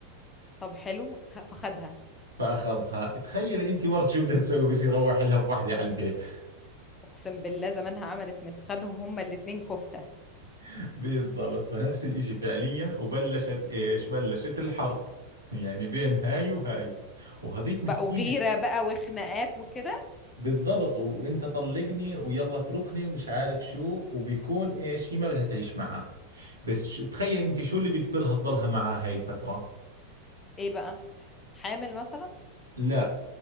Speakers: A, on the left (about 20°); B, on the right (about 80°).
A: طب حلو خ- فخدها
B: فاخذها تخيلي انت مرت شو بدها تسوي بس يروح لها في وحده على البيت
A: اقسم بالله زمانها عملت من فخدهم هما الاتنين كفتة
B: <laughs> بالضبط فنفس الاشي فعليا وبلشت ايش بلشت الحرب يعني بين هاي وهاي وهذيك
A: بقوا
B: مسكينة
A: غيرة بقى وخناقات وكده
B: بالضبط وانت طلقني ويلا اتركني ومش عارف شو وبيكون ايش هي ما بدها تعيش معاه بس ش- تخيل انت شو اللي بيجبرها تضلها معاه هاي الفترة
A: ايه بقى حامل مثلا
B: لا